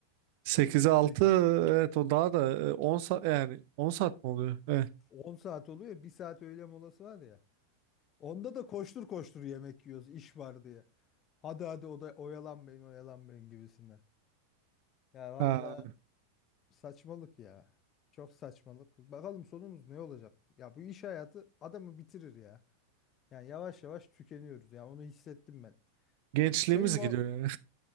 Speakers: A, on the right; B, on the left.
A: 8'e altı.
B: <laughs> sekiz
A: evet o daha da e, on 10 saat yani on saat mi oluyor? Evet.
B: on saat oluyor. bir saat öğle molası var ya. Onda da koştur koştur yemek yiyoruz iş var diye. Hadi hadi o da oyalanmayın oyalanmayın gibisinden. Ya valla
A: Ha,
B: saçmalık ya. Çok saçmalık. Bakalım sonumuz ne olacak? Ya bu iş hayatı adamı bitirir ya. Yani yavaş yavaş tükeniyoruz. Yani onu hissettim ben.
A: gençliğimiz
B: Şey mi?
A: gidiyor yani.